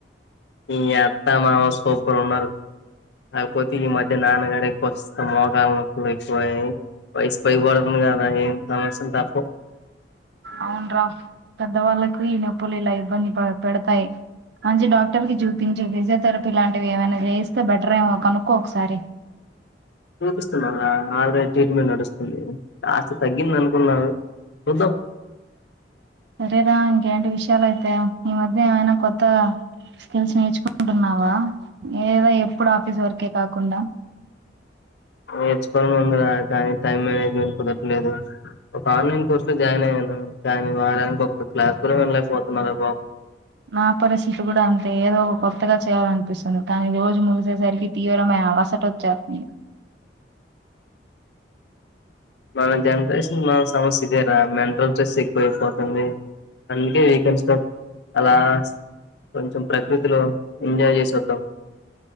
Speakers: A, on the left; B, on the right.
A: మీ అత్త మామ సూపర్ ఉన్నారు కాకపోతే ఈ మధ్య నాన్నగారే కొస్త మోకాలు నొప్పులు ఎక్కువయ్యాయి వయసు పైబడుతుంది కదా ఏం సమస్యలు తప్పవ్
B: అవున్రా పెద్దవాళ్ళలకు ఈ నొప్పులు ఇల ఇబ్బంది పెడతాయ్ మంచి డాక్టర్ కి చూపించి ఫిజియథెరపీ లాంటివి ఏమైనా చేయిస్తే బెటర్ ఏమో కనుకో ఒకసారి
A: చూపిస్తున్నా ఆల్రెడీ ట్రీట్మెంట్ నడుస్తుంది కాస్త తగ్గింది అనుకున్నా చూద్దాం
B: సరేర ఇంకేంటి విషయాలయితే ఈ మధ్య ఏమైనా కొత్త స్కిల్స్ నేర్చుకుంటున్నావ <unintelligible> ఎప్పుడు ఆఫీస్ వర్కే కాకుండా
A: నేర్చుకోవలని ఉందిరా కానీ టైం మేనేజ్మెంట్ కుదరలేదు ఒక ఆన్లైన్ కోర్సు లో జాయిన్ అయ్యాను కానీ వాళ్ళ ఒక క్లాస్ కూడ వినలైపోతున్నారా బాబు
B: నా పరిస్థితి కూడ అంతే ఏదో ఒక కొత్తగా చేయాలనిపిస్తుంది కానీ రోజు ముగిసేసరికి తీవ్రమైన అవాసటవచ్చే <unintelligible>
A: మన జనరేషన్ మన సమస్య ఇదేరా మెంటల్ స్ట్రెస్ ఎక్కువైపోతుంది అందుకే వీకెండ్స్ లో అలా కొంచెం ప్రకృతిలో ఎంజాయ్ చేసోద్దాం